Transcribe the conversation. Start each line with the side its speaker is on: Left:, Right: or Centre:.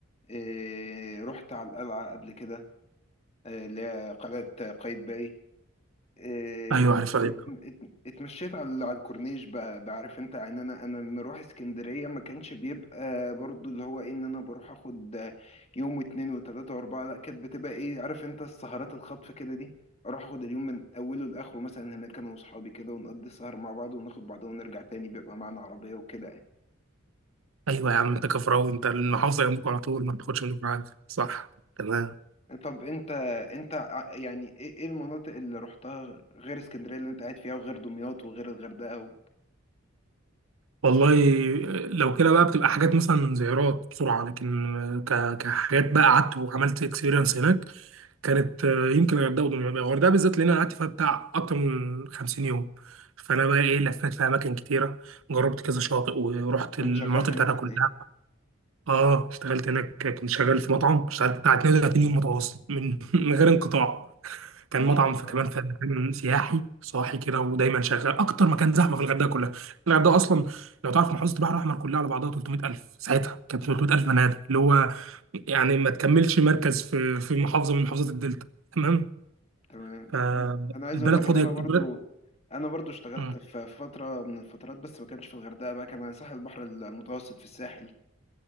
Left: إيه، رحت على القلعة قبل كده إيه، اللي هي قلعة قايتباي إيه،
Right: ايوه عارف ايوه
Left: ات- ات- اتمشيت على على الكورنيش بقى بعرف انت يعني انا انا لما اروح اسكندريه ما كانش بيبقى برضو اللي هو ايه ان انا بروح اخد يوم واتنين وتلاته واربعه لا كانت بتبقى ايه عارف انت السهرات الخطف كده دي اروح اخد اليوم من اوله لاخره مثلا هناك انا واصحابي كده ونقضي السهر مع بعض وناخد بعض ونرجع تاني بيبقى معانا عربيه وكده يعني.
Right: ايوه يا عم انت كفراوي انت المحافظه جنبك على طول ما بتاخدش منك حاجه صح تمام
Left: طب انت انت ع- يعني ايه إيه المناطق اللي رحتها غير اسكندريه اللي انت قاعد فيها وغير دمياط وغير الغردقه و...
Right: والله لو كده بقى بتبقى حاجات مثلا زيارات بسرعة لكن ك- كحاجات بقى قعدت وعملت اكسبيرينس هناك كانت آه، يمكن الغردقة ودمياط الغردقة بالذات لأن أنا قعدت فيها بتاع أكتر من 50 يوم فأنا بقى إيه لفيت في أماكن كتيرة جربت كذا شاطئ ورحت
Left: كنت
Right: المناطق
Left: شغال هناك
Right: بتاعتها
Left: ولا
Right: كلها
Left: ايه
Right: آه اشتغلت هناك كنت شغال في مطعم اشتغلت بتاع 32 يوم متواصل من <laughs> من غير انقطاع كان
Left: ما
Right: مطعم
Left: شاء الله
Right: في كمان في مكان سياحي صاحي كده ودايما شغال اكتر مكان زحمه في الغردقه كلها الغردقه اصلا لو تعرف محافظه البحر الاحمر كلها على بعضها 300000 ساعتها كانت 300000 بني ادم اللي هو يعني ما تكملش مركز في في محافظه من محافظات الدلتا تمام
Left: تمام
Right: فالبلد
Left: انا أنا عايز اقول لك ان
Right: فاضيه
Left: انا
Right: البلد
Left: برضو انا برضو اشتغلت
Right: مم.
Left: في في فتره من الفترات بس ما كانش في الغردقه بقى كان على ساحل البحر المتوسط في الساحل